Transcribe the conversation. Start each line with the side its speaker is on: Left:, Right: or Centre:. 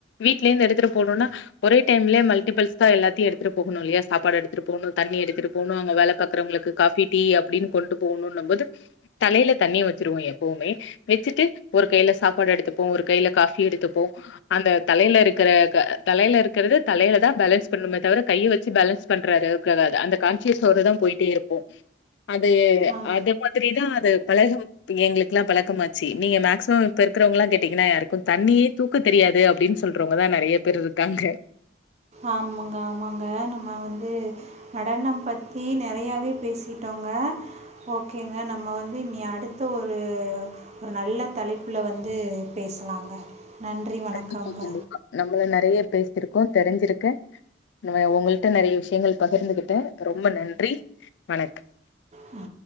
Left: வீட்ல இருந்து எடுத்துட்டு போனுன்னா ஒரே டைம்லே மல்டிபிள்ஸா எல்லாத்தையும் எடுத்துட்டு போ போகணு இல்லையா சாப்பாடு எடுத்துட்டு போகும் தண்ணி எடுத்துட்டு போகணு அங்க வேலை பாக்குறவங்களுக்கு காபி டீ அப்டின்னு கொண்டு போணுன்னும் போது தலயில தண்ணி வச்சிருவோம் எப்பவுமே வச்சுட்டு ஒரு கைல சாப்பாடு எடுத்துப்போம் ஒரு கைல காஃபி எடுத்துப்போம் அந்த தலேல இருக்கிற தலேல இருக்கிறது தலேல தான் பேலன்ஸ் பண்ணுமே தவிர கைய வச்சு பேலன்ஸ் பண்ற அளவுக்கு வராது அந்த கான்சியஸ்யோட தா போயிட்டே இருப்போ அது
Right: ஆ
Left: அது மாதிரி தா அது பழகம் பி எங்களுக்கு எல்லா பழக்கமாச்சி நீங்க மேக்சிமம் இப்ப இருக்கிறவங்கள்ளா கேட்டிங்கன்னா யாருக்கு தண்ணியே தூக்க தெரியாது அப்பிடின்னு சொல்றவங்கதா நெறைய பேர் இருக்காங்க
Right: ஆமாங்க ஆமாங்க நம்ம வந்து நடனம் பத்தி நெறையாவே பேசிட்டோங்க ஓகேங்க நம்ம வந்து இனி அடுத்து ஒரு ஒரு நல்ல தலைப்புல வந்து பேசலாங்க நன்றி வணக்கம்ங்க
Left: கண்டிப்பா தோழி நம்மள நெறைய பேசிருக்கோ தெரிஞ்சிருக்கே நா உங்கல்ட்ட நெறைய விஷயங்கள் பகிர்ந்துகிட்டே ரொம்போ நன்றி வணக்கம்
Right: ம்